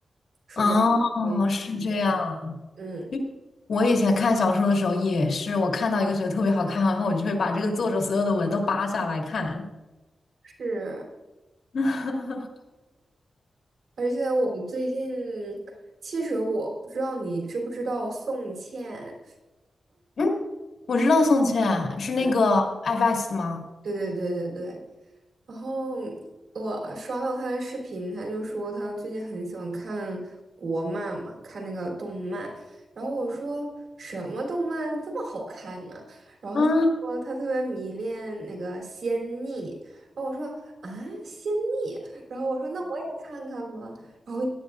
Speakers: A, on the right (about 90°); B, on the left (about 70°).
A: 顺便嗯一点。
B: 啊，是这样。
A: 嗯，
B: 我以前看小说的时候也是，我看到一个觉得特别好看，然后我就会把这个作者所有的文都扒下来看。
A: 是，
B: <laughs>
A: 而且我最近，其实我不知道你知不知道宋茜，
B: 嗯，我知道宋茜是那个
A: <laughs>
B: FX 吗？
A: 对对对对对，然后我刷到他的视频，他就说他最近很喜欢看国漫嘛，看那个动漫。然后我说什么动漫这么好看呢？然后他说他特别迷恋那个仙逆。
B: 啊，么？
A: 然后我说啊，仙逆。然后我说那我也看看吧。然后